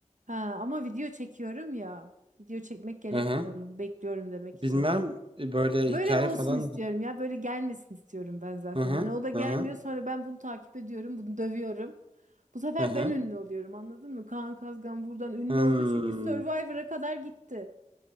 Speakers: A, on the right (about 70°); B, on the right (about 45°).
A: ha ama video çekiyorum ya. Video çekmek gerekmiyor
B: Hı hı.
A: mu? Bekliyorum demek için.
B: Bilmem e, böyle
A: Böyle
B: hikaye
A: olsun
B: falan.
A: istiyorum ya. Böyle gelmesin istiyorum ben zaten.
B: Hı hı
A: Hani o da gelmiyor
B: hı hı
A: sonra ben bunu takip ediyorum. Bunu dövüyorum. Bu sefer
B: hı hı.
A: ben ünlü oluyorum anladın mı? Kaan Kazgan buradan ünlü
B: Hmm,
A: oldu çünkü Survivor'a kadar gitti.